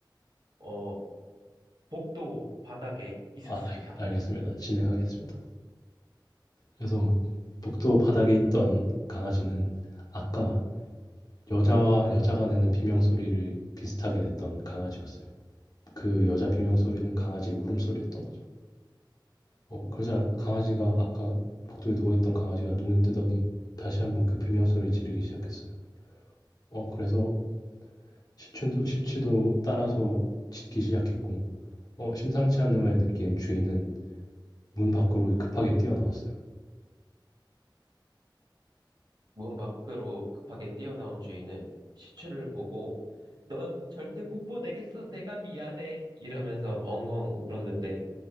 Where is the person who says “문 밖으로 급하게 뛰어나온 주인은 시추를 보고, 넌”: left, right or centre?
Right